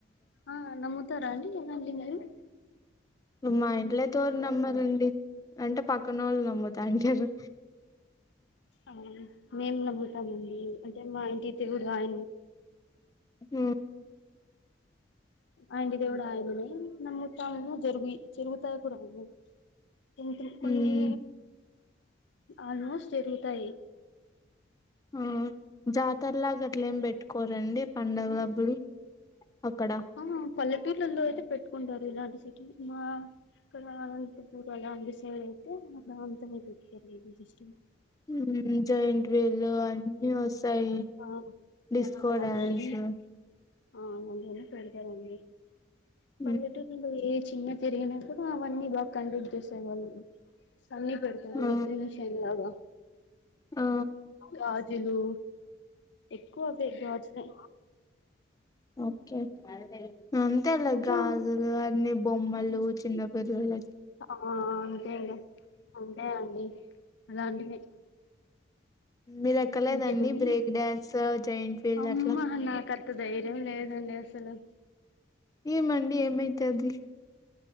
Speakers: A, on the left; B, on the left.
A: ఆ నముతార అండి ఏన్నా ఇలింగ
B: మా ఇంట్లేతోర్ నమ్మారండి అంటే పక్కనోళ్ళని నమ్ముతా అంటారు
A: అవును మేం నమ్ముతామండి అంటే మా ఇంటి దేవుడు ఆయి
B: హు
A: ఆంటి దేవుడు ఆయననే నమ్ముతాము జరుగి జరుగుతా ప్పుడనీ కొంచెం కొన్ని
B: ఉమ్,
A: ఆల్మోస్ట్ జరుగుతాయి
B: ఆ జాతరలాగట్లేమి పెట్టుకోరండి పండగలప్పుడు అక్కడ
A: ఆ పల్లెటూర్లలో అయితే పెట్టుకుంటారు ఇలాంటి సిటీ మా ఇక్కడా అంటే పూర్ అలా అండి సైడ్ అయితే అలా ఉంటది అండి సిస్టమ్
B: ఉహు జైంట్ వీలు అన్ని ఓస్తాయి
A: ఆ
B: డిస్కో
A: ఆ అలాంటివన్నీ
B: డ్యాన్సు
A: ఆ అలాంటివన్నీ పెతారండి
B: ఉమ్,
A: పల్లెటూర్లలో ఏవ్ చిన్న తిరిగిన కూడా అవన్నీ బా కంజిస్ చేసే వాళ్ళు అన్ని పెడతారు
B: ఆ
A: ఎగ్జిబషన్ లాగా
B: ఆ
A: గాజులు ఎక్కువ అవ్వే గాజులే
B: ఒకే అంతేలా
A: ఇంకా
B: గాజులు అన్ని బొమ్మలు చిన్న పిల్లల
A: ఆ అంతే ఇంగ అంతే అండి అలాంటివి
B: మీరు ఎక్కలేదండి
A: ఇంకేమున్నాయి
B: బ్రేక్ డ్యాన్స్ జైంట్ వీల్
A: అమ్మా
B: అట్లా
A: నాకాంత ధైర్యం లేదు అండి అసలు
B: ఏమండి ఏమైతాది